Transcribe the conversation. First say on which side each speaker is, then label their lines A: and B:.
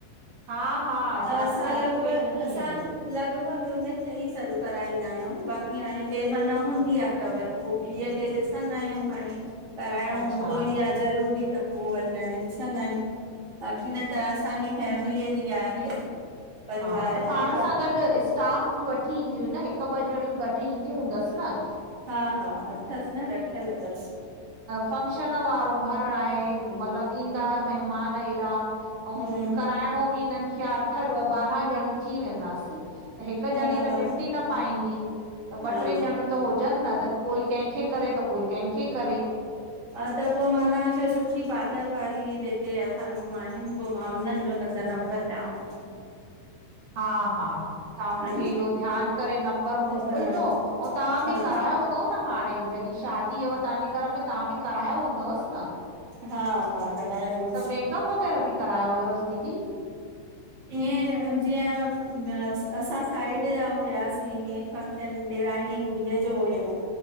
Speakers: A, on the right; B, on the right.
A: हा हा
B: असा
A: जानकारी
B: लॻव
A: मूंखे ॾिनी
B: असा
A: हुयईं
B: लॻ लॻभॻ उनखे ई सॾु कराईदा आहियूं बाक़ी हाणे केहिंमह न हुंदी आ त वरी पोइ ॿिय खे ॾिसदा आहियूं हाणे कराइणो
A: अच्छा
B: हूदो ई आ ज़रूरी त पोइ वरी हाणे ॾिसदा आहियू। बाक़ी न त अंसाजी फैमलीअ जी आहे। परिवार
A: हा त पाण
B: जी
A: सा गॾ स्क स्टाफ बि वठी ईंदियू न हिकु ॿ डणियूं गॾु ईदियू हूदस न।
B: हा हा अथस न रखयल तस।
A: फनक्शन न वारो घर आहे, मतलब ईंदा मेहमान एॾा ऐं
B: हम्म
A: कराइणो बि हिनन खे आ अठ ॾह ॿारहा ॼंणियू थी वेदासीं। त हिकु
B: हम्म
A: ॼंणी त निपटी न पाईंदी त ॿ
B: हा
A: टे
B: हा
A: ॼंणियू त हुजन न त कोई कहिखे करे त कोई कहिखे करे
B: हा त पोइ मा तव्हाखे सुठी पार्लर वारी जेके असाजूं आहिन पोइ मा उन्हनि जो न त नंबर डयाव थी।
A: हा, हा। तव्हा मूखे
B: हां
A: इहो ध्यानु करे नंबर मोकिलजो,
B: हा
A: ऐ तव्हां
B: हा
A: बि करायो हूंदव न। हाणे जॾहि शादी हुय तव्हाजे घर में तव्हां बि करायो हूंदवस न।
B: हा हा। करायो <unintelligible>
A: त मेकअप वग़ैरह बि करायो हुयस दीदी?
B: ई ए। जीअं असां साइड जा हुआसीं, मेन फंक्शन ॾेराणीअ जी धीअ जो हुयो